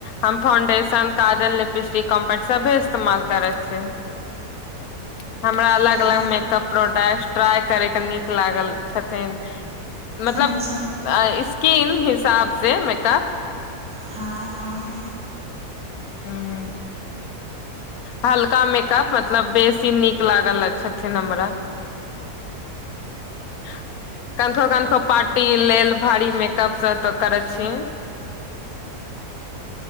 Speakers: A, on the left; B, in the centre.
A: हम फाउंडेशन, काजल, लिपस्टिक, कॉम्पैक्ट सभे इस्तेमाल करै छीयै। <inaudible> हमरा अलग-अलग
B: हइ
A: मेकअप प्रोडक्ट ट्राइ करयके नीक लागल छथिन। मतलब
B: अच्छा
A: स्किन हिसाब से मेकप
B: हँ-हँ
A: हूं हल्का मेकअप मतलब बेसी नीक लागल छथिन हमरा। <inaudible> कनिको कनिको पार्टी लेल भारी मेकअप स तो करऽ छी।